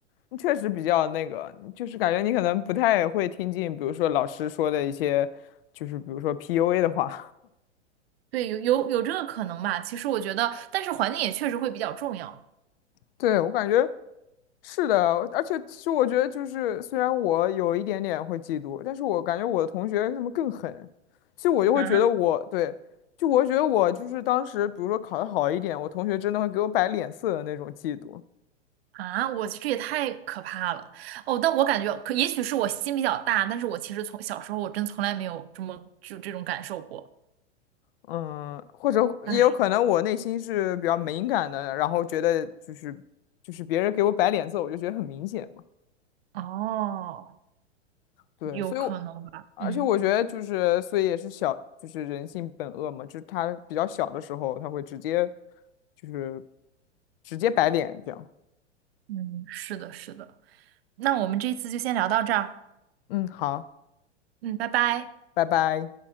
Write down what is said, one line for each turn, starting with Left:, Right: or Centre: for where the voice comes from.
Left: 你确实比较那个，就是感觉你可能不太会听进，比如说老师说的一些，就是比如说 PUA 的话。
Right: <laughs> 对，有有有这个可能吧。其实我觉得，但是环境也确实会比较重要
Left: <laughs> 对，我感觉。是的，而且其实我觉得就是，虽然我有一点点会嫉妒，但是我感觉我的同学他们更狠，所以我就会觉得我对，
Right: 啊，
Left: 就我会觉得我就是当时，比如说考得好一点，我同学真的会给我摆脸色的那种嫉妒，
Right: 啊。我这也太可怕了哦，但我感觉可也许是我心比较大，但是我其实从小时候我真从来没有这么就这种感受过。
Left: 嗯，或者也有可能我内心是比较敏感的，
Right: 哎，
Left: 然后觉得就是就是别人给我摆脸色，我就觉得很明显。嘛。
Right: 哦，
Left: 对，
Right: 有可能吧，
Left: 所以我，而且我觉得就是，
Right: 嗯。
Left: 所以也是小，就是人性本恶嘛，就是他比较小的时候，他会直接，就是直接摆脸这样。
Right: 嗯，是的，是的。那我们这次就先聊到这儿。
Left: 嗯，好，
Right: 嗯，拜拜。
Left: 拜拜。